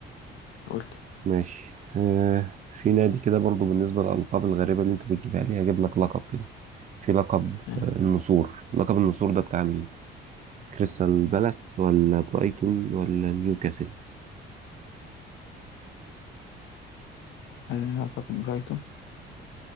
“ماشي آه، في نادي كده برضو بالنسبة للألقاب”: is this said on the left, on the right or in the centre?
Right